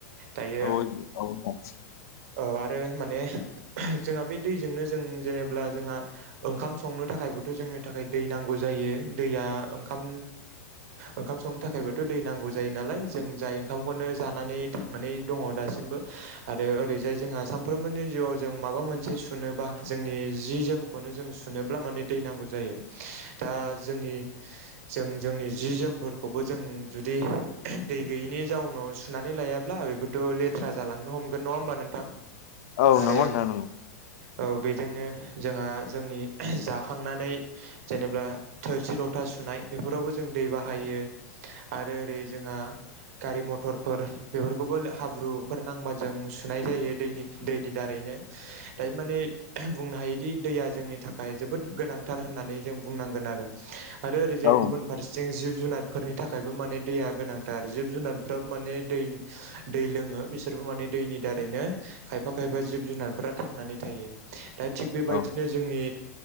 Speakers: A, on the right; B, on the left.
A: दायो
B: औ औ नोंथां
A: औ आरो माने जोंहा बे दैजोंनो जों जेनेब्ला जोंहा ओंखाम संनो थाखायबोथ' जों जोंनो थाखाय दै नांगौ जायो। दैया ओंखाम ओंखाम संनो थाखायबोथ' दै नांगौ जायो नालाय जों जाय ओंखामखौनो जानानै थांनानै दं दासिमबो आरो ओरैजाय जोंहा सानफ्रोमबोनि जिवाव जों माबा मोनसे सुनोबा जोंनि जि जोमखौनो जों सुनोब्ला माने दै नांगौ जायो। दा जोंनि जों जोंनि जि जोमफोरखौबो जों जुदि दै गैयिनि जाउनाव सुनानै लायाब्ला बेफोरथ' लेथ्रा जालांनो हमगोन नङा होमबा नोंथां?
B: औ
A: आरो
B: नंगौ नोंथां औ।
A: औ बेजोंनो जोंहा जोंनि जाखांनानै जेनेबा थोरसि ल था सुनाय बेफोरावबो जों दै बाहायो आरो ओरै जोंहा गारि मथरफोर बेफोरखौबो हाब्रुफोर नांबा जों सुनाय जायो दैनि दैनि दारै। दायो माने बुंनो हायोदि दैया जोंनि थाखाय जोबोद गोनांथार होननानै जों बुं नांगोन आरो। आरो ओरैजाय
B: औ
A: गुबुन फारसेथिं जिब जुनार फोरनि थाखायबो माने दैया गोनांथार। जिब जुनारफ्राबो माने दै दै लोङो बिसोरबो माने दैनि दारैनो खायफा खायफा जिब जुनारफोरा थांनानै थायो। दा थिग
B: नोंथां
A: बेबायदिनो जोंनि